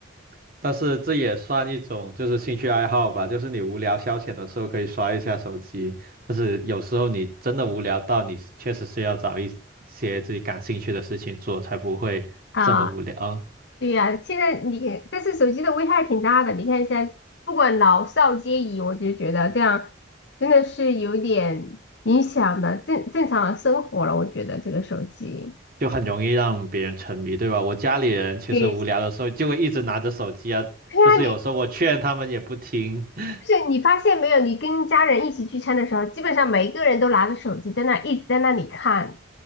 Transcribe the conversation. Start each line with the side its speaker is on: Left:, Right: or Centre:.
Right: <laughs> 但是这也算一种就是兴趣爱好吧，就是你无聊消遣的时候可以刷一下手机，但是有时候你真的无聊到你确实是要找一些自己感兴趣的事情做，才不会这么无聊啊。
Left: 啊？对呀，现在你但是手机的危害挺大的，你看现在不管老少皆宜，我就觉得这样真的是有点影响的正正常的生活了，我觉得这个手机。
Right: 就很容易让别人沉迷，对吧？我家里人其实无聊的时候就会一直拿着手机啊，
Left: 对，对呀，
Right: 就是有时候我劝他们也不听，
Left: 你。
Right: <laughs>
Left: 就是你发现没有，你跟家人一起聚餐的时候，基本上每一个人都拿着手机在那一直在那里看，